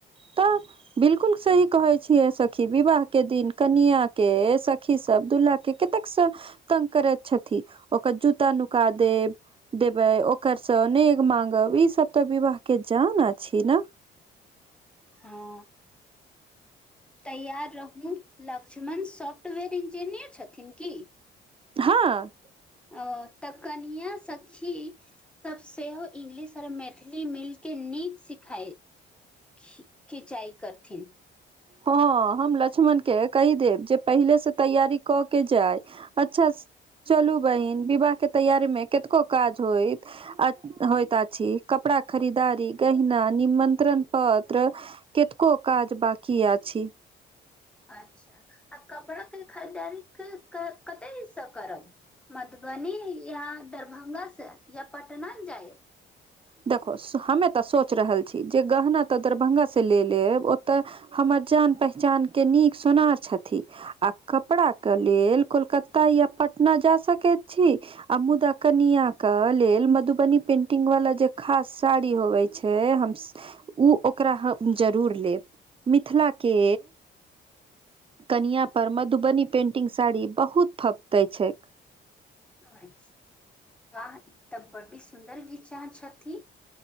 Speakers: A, on the right (about 25°); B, in the centre.
A: तऽ बिलकुल सही कहै छी सखी विवाह के दिन कनिया के सखी सब दुल्हा के कतेक स तंग करै छथि ओकर जूता नुका देव देबै ओकर सँ नेघ मांगब ई सब तऽ विवाह के जान अछि ने
B: हँ तैयार रहू लक्ष्मण सॉफ्टवेयर इंजीनियर छथिन की
A: हँ
B: अ तऽ कनिया सखी सब सेहो इंग्लिश आओर मैथिली मिल के नीक सिखाय खि खिचाइ करथिन
A: हँ हम लक्ष्मण के कहि देब जे पहिले से तैयारी कऽ के जाय अच्छा चलू बहिन विवाह के तैयारी मे कतको काज होय आ होइत अछि कपड़ा खरीदारी गहिना निमत्रण पत्र केतको काज बाकी आछी
B: अच्छा आ कपड़ा के खरीदारी <unintelligible> करब मधुबनी या दरभंगा से या पटना जायब
A: देखो हमे तऽ सोच रहल छी जे गहना तऽ दरभंगास से ले लेब ओतय हमर जान पहचानके नीक सोनार छथिन आ कपड़ा के लेल कोलकत्ता या पटना जा सकति छी आ मुदा कनिया क लेल मधुबनी पेंटिंग वाला जे खास साड़ी होबै छै हम उ ओकरा हम जरूर लेब मिथिला के कनिआँ पर मधुबनी पेन्टिंग साड़ी बहुत फँपतै छै
B: अछि वाह ई तऽ बडी सुन्दर विचार छथि